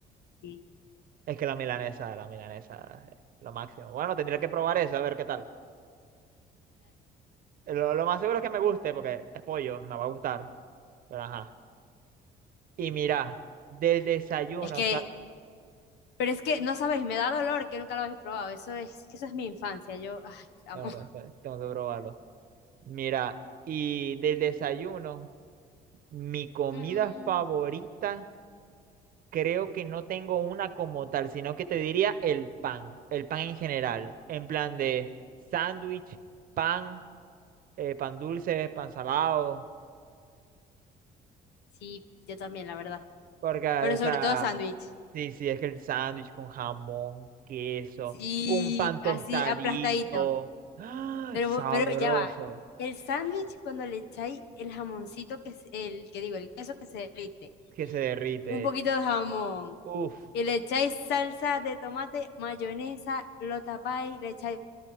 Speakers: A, on the left; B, on the right.
A: sí.
B: es que la milanesa, la milanesa, es lo máximo. Bueno, tendría que probar eso, a ver qué tal. Lo, lo más seguro es que me guste, porque es pollo, me va a gustar. Pero ajá. Y mira, del desayuno,
A: Es que, pero es que, no sabéis, me da dolor que nunca lo habéis probado. Eso es, que eso es mi infancia, yo, ay, amo.
B: La verdad, es que tengo que probarlo. Mira, y del desayuno, mi comida
A: Mm.
B: favorita, creo que no tengo una como tal, sino que te diría el pan, el pan en general, en plan de sándwich, pan, eh, pan dulce, pan salado,
A: Sí, yo también, la verdad.
B: porque,
A: Pero
B: o
A: sobre
B: sea,
A: todo sándwich.
B: sí, sí, es que el sándwich con jamón, queso,
A: Sí,
B: un pan tostadito,
A: así aplastadito.
B: ¡ah!
A: Pero,
B: sabroso,
A: pero ya va. El sándwich, cuando le echáis el jamoncito, que es el que digo, el queso que se derrite,
B: que se derrite.
A: un poquito de jamón,
B: Uf.
A: y le echáis salsa de tomate, mayonesa, lo tapáis, le echáis